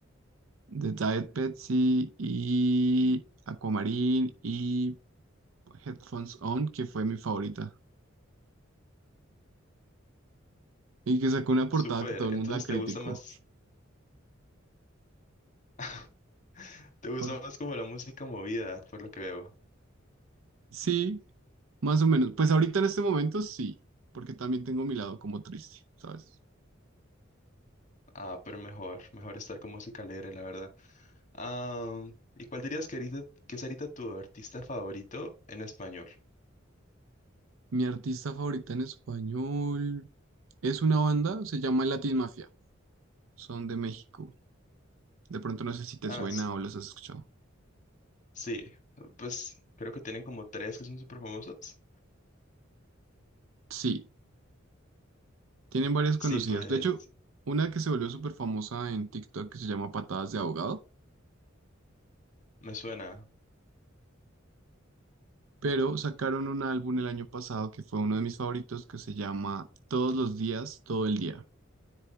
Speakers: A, on the right (about 80°); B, on the left (about 40°).
A: The Diet Pepsi y Aquamarine y Headphones On, que fue mi favorita. Y que sacó una portada
B: Súper,
A: que todo el
B: entonces
A: mundo la criticó.
B: te gusta más, <laughs> te gusta
A: Pa-
B: más como la música movida, por lo que veo.
A: Sí, más o menos. Pues ahorita en este momento sí, porque también tengo mi lado como triste, ¿sabes?
B: Ah, pero mejor, mejor estar con música alegre, la verdad. Ah, ¿y cuál dirías que ahorita, que es ahorita tu artista favorito en español?
A: Mi artista favorita en español es una banda, se llama Latin Mafia, son de México. De pronto no sé si te
B: Ah,
A: suena
B: s-
A: o los has escuchado.
B: sí, pues creo que tienen como tres que son súper famosos.
A: Sí, Tienen varias conocidas.
B: Sí, pues
A: De hecho, una que se volvió súper famosa en TikTok que se llama Patadas de Abogado,
B: me suena.
A: pero sacaron un álbum el año pasado que fue uno de mis favoritos que se llama Todos los días, todo el día.